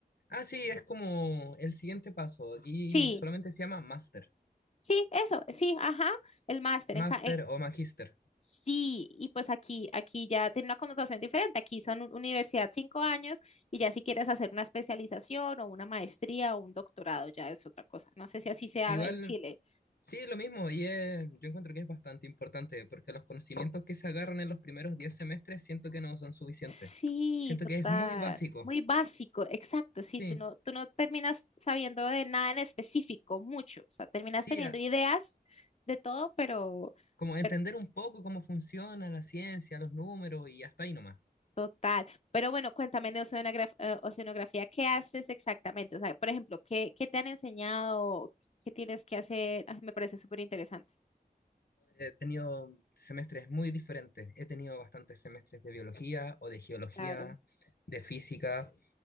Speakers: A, on the left; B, on the left.
A: Ah, sí, es como el siguiente paso. Aquí
B: Sí,
A: solamente se llama master,
B: sí, eso, sí, ajá, el máster.
A: master
B: En, ca- en-
A: o magíster.
B: Sí, y pues aquí, aquí ya tiene una connotación diferente. Aquí son un- universidad cinco años y ya si quieres hacer una especialización o una maestría o un doctorado, ya es otra cosa. No sé si así se haga
A: Igual,
B: en Chile.
A: sí, es lo mismo y es- yo encuentro que es bastante importante porque los conocimientos que se agarran en los primeros 10 semestres siento que no son suficientes.
B: Sí,
A: Siento
B: total.
A: que es muy básico.
B: Muy básico, exacto. Sí,
A: Sí,
B: tú no, tú no terminas sabiendo de nada en específico, mucho. O sea, terminas
A: sí,
B: teniendo
A: a-
B: ideas de todo, pero,
A: como entender
B: pero
A: un poco cómo funciona la ciencia, los números y hasta ahí nomás.
B: Total. Pero bueno, cuéntame de oceanogra- eh, oceanografía, ¿qué haces exactamente? O sea, por ejemplo, ¿qué, qué te han enseñado? ¿Qué tienes que hacer? Ay, me parece súper interesante.
A: He tenido semestres muy diferentes. He tenido bastantes semestres de biología o de geología,
B: Claro,
A: de física.